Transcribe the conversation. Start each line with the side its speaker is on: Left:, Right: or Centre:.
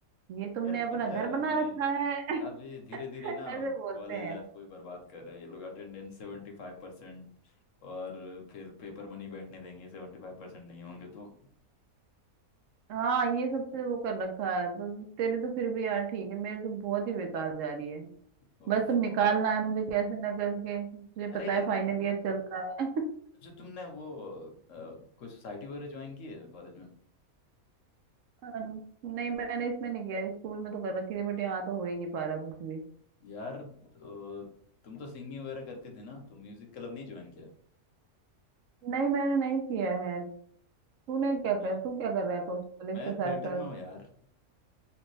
Right: ये तुमने
Left: यार
Right: अपना
Left: पता
Right: घर
Left: है अभी
Right: बना रखा है <laughs>
Left: अभी धीरे धीरे
Right: ऐसे
Left: ना
Right: बोलते
Left: कॉलेज
Right: हैं
Left: लाइफ को ही बर्बाद कर रहे हैं ये लोग अटेंडेंस सेवेंटी फाइव परसेंट और फिर पेपर मनी बैठने देंगे सेवेंटी फाइव परसेंट नहीं होंगे तो
Right: हाँ ये सबसे वो कर रखा है तो तेरे तो फिर भी यार ठीक है मेरे तो बहुत ही बेकार जा रही है
Left: उफ,
Right: बस तुम
Left: वो।
Right: निकालना है मुझे कैसे ना करके तुझे पता
Left: अरे
Right: है
Left: यार
Right: फाइनल ईयर चल रहा है
Left: जो तुमने वो अ, कोई सोसाइटी वगैरह ज्वाइन की है कॉलेज में
Right: अन- नहीं मैंने इसमें नहीं किया स्कूल में तो कर रखी थी बट यहाँ तो हो ही नहीं पा रहा कुछ भी
Left: यार तो, तुम तो सिंगिंग वगैरह करती थी ना तुम म्यूजिक क्लब नहीं ज्वाइन किया
Right: नहीं मैंने नहीं किया है तूने क्या कर
Left: यार
Right: तू क्या कर रहा है कॉलेज
Left: मैं
Right: के साथ
Left: थिएटर
Right: साथ
Left: में हूँ यार